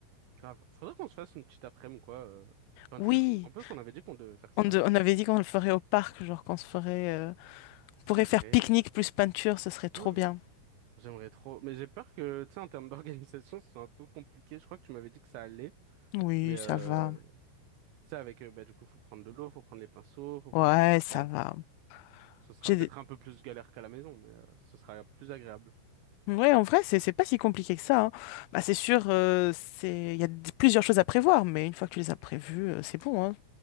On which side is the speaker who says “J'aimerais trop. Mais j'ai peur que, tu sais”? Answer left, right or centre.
Right